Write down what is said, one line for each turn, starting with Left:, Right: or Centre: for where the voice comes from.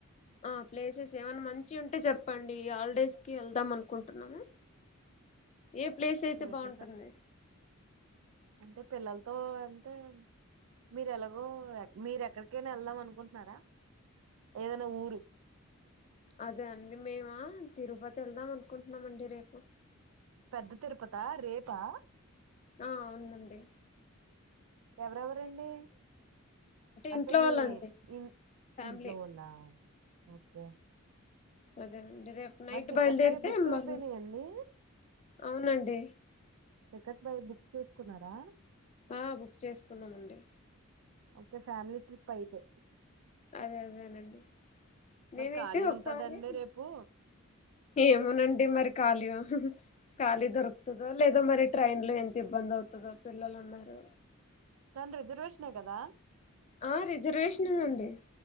Left: ఆ ప్లేసెస్ ఏమన్నా మంచిగా ఉంటే చెప్పండి హాలిడేస్ కి వెళ్దాం అనుకుంటున్నాను ఏ ప్లేస్ అయితే
Right: ప్లేసెస్
Left: బాగుంటుంది
Right: అంటే పిల్లలతో అంటే మీరు ఎలాగో మీరు ఎక్కడికైనా వెళ్లాలని అనుకుంటున్నారా ఏదైనా ఊరు
Left: అదే అండి మీమా తిరుపతి వెళ్దాం అనుకుంటున్నామండి రేపు
Right: పెద్ద తిరుపత రేపా
Left: ఆ అవును అండి
Right: ఎవరెవరండి అంటే
Left: ఇంట్లో
Right: మీ
Left: వాళ్ళండి
Right: ఇన్
Left: ఫ్యామిలీ
Right: ఇంట్లో వాళ్ల ఓకే
Left: అదేన్ రేపు నైట్
Right: మరి టికెట్లు
Left: బయలుదేరితే
Right: అవి బుక్
Left: మన
Right: అయిపోయినాయండి
Left: అవునండి
Right: టికెట్ పై బుక్ చేసుకున్నారా
Left: ఆ బుక్ చేసుకున్నామండి
Right: ఒక ఫ్యామిలీ ట్రిప్ అయితే
Left: అదే అదేనండి నేనైతే
Right: మరి ఖాళీ
Left: ఒకసారి
Right: ఉంటదండి రేపు
Left: ఏమో నండి మరి కాలిగా ఖాళీ దొరుకుతుందో లేదో మరి ట్రైన్ లో ఎంత ఇబ్బంది అవుతుందో పిల్లలు ఉన్నారు.
Right: తను రిజర్వేషన్ కదా.
Left: ఆ రిజర్వేషనే అండి.